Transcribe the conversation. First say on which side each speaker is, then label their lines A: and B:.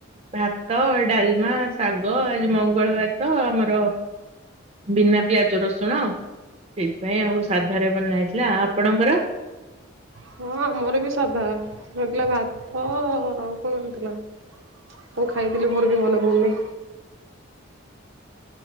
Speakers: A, on the right; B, on the right.
A: ଭାତ, ଡାଲମା, ଶାଗ, ଆଜି ମଙ୍ଗଳବାର ତ ଆମର। ବିନା ପିଆଜ ରସୁଣ ସେଇଥିପାଇଁ ଆଉ ସାଧାରେ ବନା ହେଇଥିଲା, ଆପଣଙ୍କର?
B: ହଁ ଆମର ବି ସାଧା, ହେଇଥିଲା ଭାତ ଆଉ କଣ ହେଇଥିଲା ମୁଁ ଖାଇଥିଲି ମୋର ବି ମନେ ପଡୁନି।